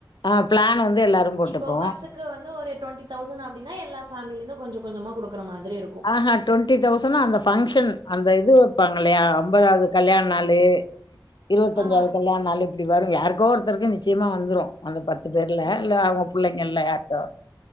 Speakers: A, on the left; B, on the right.
A: ஆ பிளான் வந்து எல்லாரு போட்டுப்போ
B: இப்போ பஸ்ஸுக்கு வந்து ஒரு டுவெண்டி தௌசன் அப்டினா எல்லா ஃபேமிலில இருந்து கொஞ்ச கொஞ்சமா குடுக்குற மாதிரி இருக்
A: ஆஹ டொண்ட்டி தௌசன் அந்த பங்க்ஷன் அந்த இது வப்பாங்க இல்லையா ஐம்பதாவது கல்யாண நாளு இருவத்தஞ்சாவது
B: ஆ
A: கல்யாண நாளு இப்டி வரு யாருக்கோ ஒருத்தருக்கு நிச்சயமா வந்துரு அந்த பத்து பேர்ல
B: ஓகே
A: இல்ல அவுங்க புள்ளைங்கல்ல யாருக்கோ